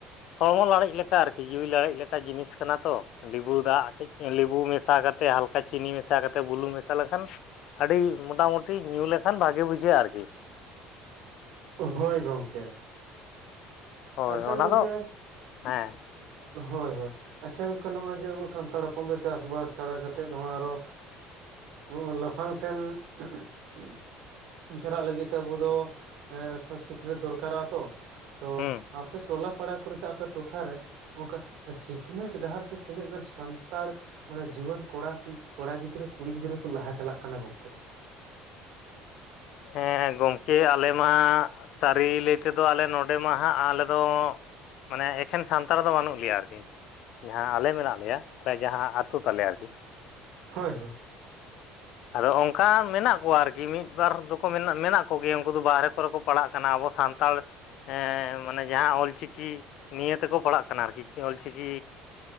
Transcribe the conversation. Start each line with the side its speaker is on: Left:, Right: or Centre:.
Left: ᱦᱚᱲᱢᱚ ᱞᱟᱲᱮᱡ ᱞᱮᱠᱟ ᱟᱨᱠᱤ ᱡᱤᱣᱤ ᱞᱟᱲᱮᱡ ᱞᱮᱠᱟ ᱡᱤᱱᱤᱥ ᱠᱟᱱᱟ ᱛᱚ᱾ ᱞᱮᱵᱩ ᱫᱟᱜ ᱠᱟᱹᱡ ᱞᱮᱵᱩ ᱢᱮᱥᱟ ᱠᱟᱛᱮ ᱦᱟᱞᱠᱟ ᱪᱤᱱᱤ ᱢᱮᱥᱟ ᱠᱟᱛᱮ ᱵᱩᱞᱩᱝ ᱢᱮᱥᱟ ᱞᱮᱠᱷᱟᱱ, ᱟᱹᱰᱤ ᱢᱚᱴᱟᱢᱩᱴᱤ ᱧᱩ ᱞᱮᱠᱷᱟᱱ ᱵᱷᱟᱜᱮ ᱵᱩᱡᱷᱟᱹᱜᱼᱟ ᱟᱨᱠᱤ᱾
Right: ᱦᱳᱭ ᱜᱚᱝᱠᱮ,
Left: ᱦᱳᱭ
Right: <inaudible> ᱟᱪᱪᱷᱟ
Left: ᱚᱱᱟ
Right: ᱜᱚᱝᱠᱮ
Left: ᱫᱚ ᱦᱮᱸ
Right: <inaudible> ᱦᱳᱭ ᱦᱳᱭ, ᱟᱪᱪᱷᱟ ᱜᱚᱝᱠᱮ ᱱᱚᱜᱼᱚᱭ ᱡᱮ ᱟᱵᱚ ᱥᱟᱱᱛᱟᱲ ᱦᱚᱯᱚᱱ ᱫᱚ ᱪᱟᱥᱵᱟᱥ ᱪᱷᱟᱲᱟ ᱠᱟᱛᱮᱫ ᱦᱚ ᱟᱨᱦᱚ, ᱱᱚᱜ ᱞᱟᱯᱷᱟᱝ ᱥᱮᱱ <unintelligible> ᱪᱟᱞᱟᱜ ᱞᱟᱹᱜᱤᱫ ᱛᱮ ᱟᱵᱚ ᱫᱚ, ᱮ ᱠᱷᱚ ᱥᱤᱠᱷᱱᱟᱹᱛ ᱫᱚᱨᱠᱟᱨᱚᱜᱼᱟ ᱛᱚ, ᱛᱚ
Left: ᱦᱩᱸ
Right: ᱟᱯᱮ ᱴᱚᱞᱟ ᱯᱟᱲᱟ ᱠᱚᱨᱮ ᱥᱮ ᱟᱯᱮ ᱴᱚᱴᱷᱟᱨᱮ, ᱚᱱᱠᱟ ᱥᱤᱠᱷᱱᱟᱹᱛ ᱰᱟᱦᱟᱨ ᱛᱮ ᱛᱤᱱᱟᱹᱜ ᱜᱟᱱ ᱥᱟᱱᱛᱟᱲ ᱢᱟᱱᱮ ᱡᱩᱣᱟᱹᱱ ᱠᱚᱲᱟ ᱠᱩᱲᱤ ᱠᱚᱲᱟ ᱜᱤᱫᱽᱨᱟᱹ ᱠᱩᱲᱤ ᱜᱤᱫᱽᱨᱟᱹ ᱠᱚ ᱞᱟᱦᱟ ᱪᱟᱞᱟᱜ ᱠᱟᱱᱟ ᱜᱚᱝᱠᱮ?
Left: ᱦᱮᱸ ᱜᱚᱝᱠᱮ ᱟᱞᱮ ᱢᱟ ᱥᱟᱹᱨᱤ ᱞᱟᱹᱭ ᱛᱮᱫᱚ ᱟᱞᱮ ᱱᱚᱰᱮ ᱢᱟ ᱦᱟᱸᱜ ᱟᱞᱮ ᱫᱚ, ᱢᱟᱱᱮ ᱮᱠᱷᱮᱱ ᱥᱟᱱᱛᱟᱲ ᱫᱚ ᱵᱟᱹᱱᱩᱜ ᱞᱮᱭᱟ ᱟᱨᱠᱤ, ᱡᱟᱦᱟᱸ ᱟᱞᱮ ᱢᱮᱱᱟᱜ ᱞᱮᱭᱟ ᱟᱞᱮ ᱡᱟᱦᱟᱸ ᱟᱛᱩ ᱛᱟᱞᱮ ᱟᱨᱠᱤ,
Right: ᱦᱳᱭ ᱦᱳᱭ,
Left: ᱟᱫᱚ ᱚᱱᱠᱟ ᱢᱮᱱᱟᱜ ᱠᱚᱣᱟ ᱟᱨᱠᱤ ᱢᱤᱫ ᱵᱟᱨ ᱫᱚᱠᱚ ᱢᱮᱱᱟᱜ ᱠᱚᱜᱮᱭᱟ ᱩᱱᱠᱩ ᱫᱚ ᱵᱟᱦᱨᱮ ᱠᱚᱨᱮ ᱠᱚ ᱯᱟᱲᱦᱟᱜ ᱠᱟᱱᱟ, ᱟᱵᱚ ᱥᱟᱱᱛᱟᱲ ᱦᱮᱸ ᱢᱟᱱᱮ ᱡᱟᱦᱟᱸ ᱚᱞᱪᱤᱠᱤ ᱱᱤᱭᱮ ᱛᱮᱠᱚ ᱯᱟᱲᱦᱟᱜ ᱠᱟᱱᱟ ᱟᱨᱠᱤ ᱚᱞᱪᱤᱠᱤ,